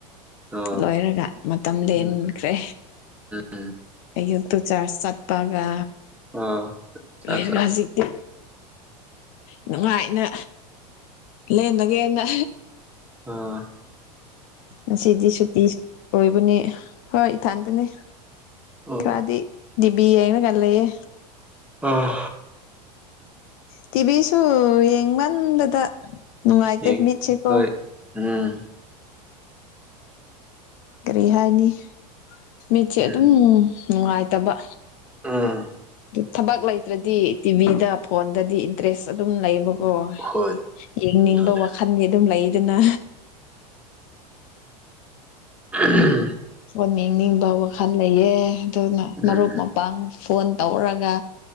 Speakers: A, in the centre; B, on the left.
A: ꯑꯣ
B: ꯂꯣꯏꯔꯒ ꯃꯇꯝ ꯂꯦꯟꯈ꯭ꯔꯦ
A: ꯎꯝ ꯎꯝ
B: ꯑꯩꯌꯨꯛꯇꯣ ꯆꯥꯔꯁꯥꯠ ꯄꯥꯒ
A: ꯑꯥ ꯆꯥ
B: ꯂꯣꯏꯔꯒ
A: ꯆꯥ
B: ꯍꯧꯖꯤꯛꯇꯤ ꯅꯨꯡꯉꯥꯏꯅ ꯂꯦꯟꯕꯒꯦꯅ
A: ꯑꯣ
B: ꯉꯁꯤꯗꯤ ꯁꯨꯇꯤ ꯑꯣꯏꯕꯅꯤ ꯍꯣꯏ ꯏꯊꯟꯇꯅꯦ
A: ꯑꯣ
B: ꯈꯔꯗꯤ ꯗꯤꯕꯤ ꯌꯦꯡꯔꯒ ꯂꯩꯌꯦ
A: ꯑꯥ
B: ꯇꯤꯚꯤꯁꯨ ꯌꯦꯡꯃꯟꯕꯗ ꯅꯨꯡꯉꯥꯏꯇꯦ
A: ꯌꯦꯡ
B: ꯃꯤꯠꯁꯤꯀꯣ
A: ꯍꯣꯏ ꯎꯝ
B: ꯀꯔꯤ ꯍꯥꯏꯅꯤ ꯃꯤꯠꯁꯦ
A: ꯎꯝ
B: ꯑꯗꯨꯝ ꯅꯨꯡꯉꯥꯏꯇꯕ
A: ꯎꯝ
B: ꯊꯕꯛ ꯂꯩꯇ꯭ꯔꯗꯤ ꯇꯤꯚꯤꯗ ꯐꯣꯟꯗꯗꯤ ꯏꯟꯇꯔꯦꯁ ꯑꯗꯨꯝ ꯂꯩꯕ ꯑꯣ
A: ꯍꯣꯏ
B: ꯌꯦꯡꯅꯤꯡꯕ
A: ꯎꯝ
B: ꯋꯥꯈꯜ ꯃꯤ ꯑꯗꯨꯝ ꯂꯩꯗꯅ
A: <unintelligible>
B: ꯑꯣ ꯅꯤꯡꯅꯤꯡꯕ ꯋꯥꯈꯜ ꯂꯩꯑ ꯑꯗꯨꯅ
A: ꯎꯝ
B: ꯃꯔꯨꯞ ꯄꯥꯡ ꯐꯣꯟ ꯇꯧꯔꯒ